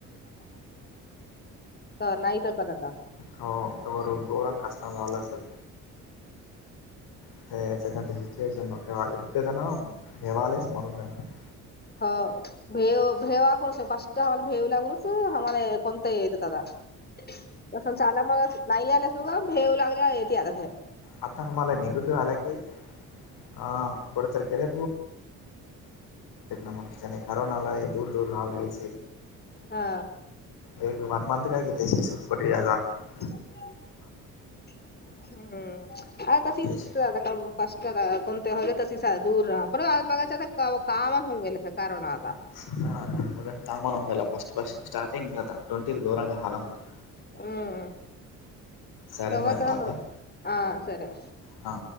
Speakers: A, on the left; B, on the left.
A: नाईट असणार आता.
B: हो त गौरवां कष्टम रावला सर. <unintelligible>
A: <unintelligible> <unintelligible>
B: आत्ता हा मला निगेटिव्ह आला की हा परत <unintelligible> <unintelligible> ना मग त्याने ठरवून आलय आणि दूर दूर राहिलाय <unintelligible>
A: हा.
B: एू वन मंथ काय घेत <unintelligible>
A: हम्म.. <unintelligible>
B: त्याची
A: करून <unintelligible>
B: <unintelligible>
A: हम्म.
B: चालेल
A: तवा
B: मग <unintelligible>
A: तर
B: ना आता
A: हा सरे
B: हा.